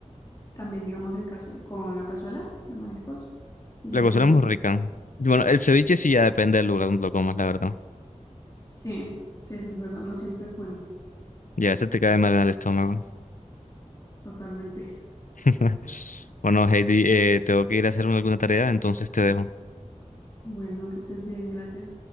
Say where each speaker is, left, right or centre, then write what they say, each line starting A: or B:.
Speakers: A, on the left; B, on the left.
A: También, digamos, en cazuela, con la cazuela de mariscos, que lleve
B: La cocina
A: pulpo.
B: es muy rica. Bueno, el ceviche sí ya depende del lugar donde lo comas, la verdad.
A: Sí, sí, eso es verdad, no siempre es bueno,
B: Y a veces te cae mal en el estómago.
A: totalmente.
B: <laughs> Bueno, Heidi, eh, tengo que ir a hacer alguna tarea, entonces te dejo.
A: Bueno, que estés bien, gracias.